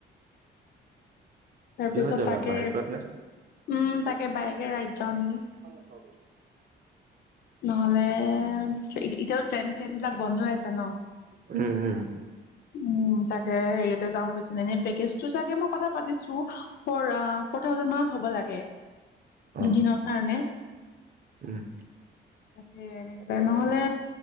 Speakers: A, on the left; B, on the right.
A: তাৰ
B: কিহত
A: পিছত
B: যাবা
A: তাকে
B: বাইকত
A: উম
B: নে
A: তাকে বাইকে ৰাইড যাওঁ নেকি?
B: চ কৰি <unintelligible> উম
A: নহ'লে এতিয়াও ট্ৰেইন চ্ৰেইন বিলাক বন্ধ হৈ আছে ন?
B: উম, উম।
A: উম, তাকে হেৰিয়াতে যাওঁ ভাবিছো, এনে পেকেজটো চাগে মই কথা পাতিছো ফ'ৰ থাউজেণ্ড মানত হ'ব লাগে
B: অ
A: দুদিনৰ কাৰণে।
B: উম,
A: তাকে। এনেতে নহ'লে